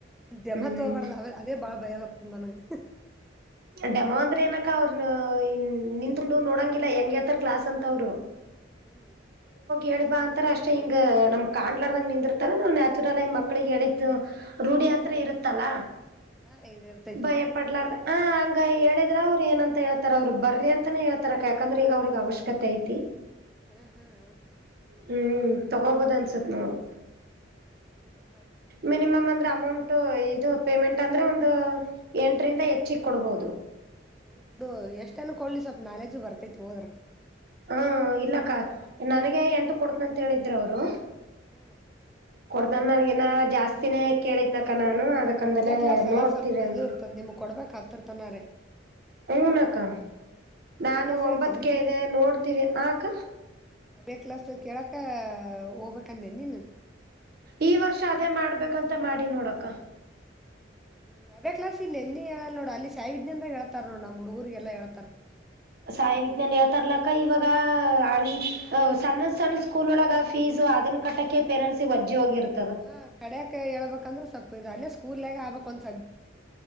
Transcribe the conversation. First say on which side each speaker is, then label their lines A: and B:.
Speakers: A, in the centre; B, on the right.
A: ದಮ್ಮತ್
B: ಹ್ಮ್
A: ತಗ ಅದೇ ಬಾಳ ಭಯವತ ತಂದನಗೆ
B: ಡಮಾ ಅಂದ್ರೆ ಏನಕ ಅವ್ರನ ನಿನ್ಂತುಂಡು ನೋಡಂಗಿಲ್ಲ ಹೆಂಗ ಯತಾರ ಕ್ಲಾಸ್ ಅಂತ ಅವ್ರು
A: ಹ್ಮ್
B: ಹೇಳಿಬಾ ಅಂತರ ಅಷ್ಟೆ ಹಿಂಗ ನಮ್ ಕಾಣ್ಲಾರದಂಗ ನಿಂದಿರ್ತಾರೆ ನಾವವು ನ್ಯಾಚುರಲ್ ಆಗ ಮಕ್ಳಿಗೆಗೆ ಹೇಳಿದ್ದು ರೂಢಿ
A: ಹ್ಮ್
B: ಅಂತ ಇರುತ್ತಲ್ಲ
A: ಹಾ ಇದ ಇರ್ತೈತಿ
B: ಭಯ ಪಡ್ಲಾರ ಹ ಹಂಗ ಹೇಳಿದ್ರ ಅವ್ರರು ಏನಂತ ಹೇಳ್ತಾರ ಅವ್ರರು ಬರ್ರಿ ಅಂತಾನೇ ಹೇಳ್ತಾರ ಯಾಕಂದ್ರೆ ಈಗ ಅವ್ರಿಗೆ ಅವಶ್ಯಕತೆ ಐತಿ
A: ಹಾ ಹಾ ಹೌದಾ
B: ಹ್ಮ್ ತಗೋಬೋದನ್ಸತ್ ನೋಡು
A: ಹೌದೇನು ಬೆಸ್ಟ್ ಅಳಕ
B: ಮಿನಿಮಮ್ ಅಂದ್ರಮೋನ್ ಇದು ಪೇಮೆಂಟ್ ಅಂದ್ರೆ ಒಂದು ಎಂಟರಿಂದ ಹೆಚ್ಚಿಗೆ ಕೊಡ್ಬಹುದು
A: ಹೌದ್ ಬಿಡು ಎಷ್ಟ ಅನ್ ಕೊಡ್ಲಿ ಸ್ವಲ್ಪ ನಾಲೇಜು ಬರ್ತೈತಿ ಹೋದ್ರ
B: ಹ್ಮ ಇಲ್ಲಕ್ಕ ನನಗ ಎಂಟು ಕೊಡ್ತನಂತ ಹೇಳಿದ್ರರು ಅವ್ರು
A: ಹ್ಮ್
B: ನ ನನ್ಗ ನ ಜಾಸ್ತಿನೇ ಕೇಳಿದ್ನಕ ನಾನು ಅದಕ್ಕಂದಲೆ
A: ಅ್ಯಾಕ್ಲಾ ಸಲ
B: ನೋಡ್ತೀವಿ
A: ಸ್ವಲ್ಪ
B: ಅಂದ್ರು
A: ಎದುರುತಂದ ನಿಮ್ಗೆ ಕೊಡ್ಬೇಕಕ್ಾಗಗ್ತಿರ್ತಾನಾರೆ
B: ಹಊನ ಅಕ್ಕ ನಾನು
A: ಕ್ಲಾಸ್
B: ಒಂಬತ್
A: ಹೇಳ್ತೇನ್
B: ಕೆ ಇದೆ ನೋಡ್ತೀವಿ ಅಕ
A: ಬ ಕ್ಲಸ್ ಕೇಳಕ ಹೋಗ್ಬೇಕಂದೇ ನೀನು
B: ಈ ವರ್ಷ ಅದೇ ಮಾಡ್ಬೇಕಂತ ಮಾಡಿ ನೋಡಕ್ಕ
A: ಹ್ಮ್ ಅದೇ ಕ್ಲಸ್ ಇ ಎಲ್ಲಿ ಹೇಳಲ್ ನೋಡ ಅಲ್ಲಿ ಸಿಿದ್ಞ ಅಂದ ಹೇಳ್ತಾರ ನೋಡ ನಮ್ಮ ಹುಡುಗೂರಿಗೆಲ್ಲಾ ಹೇಳ್ತಾರ
B: ಸಾಯಿ ವಿಜ್ಞಾನನ್ ಯತರ್ಲಕ್ಕ ಇವಾಗ ಅ ಸಣ್ಣ ಸಣ್ಣ ಸ್ಕೂಲ್ ಒಳಗ ಫೀಸ್ ಅದನ್ನ ಕಟ್ಟಕ್ಕೆ ಪೇರೆಟ್ಸ್ಗಜ್ಜ ಹೋಗಿರುತ್ತೆ
A: ಹಾ ಕಡ್ಯಾಕ ಹೇಳ್ಬೇಕಂದ್ರೆ ಸ್ವಪ ಇದು ಅಲ್ಲೇ ಸ್ಕೂಲ್ಾಗ ಆಬಬೇಕಕ್ ಒಂತ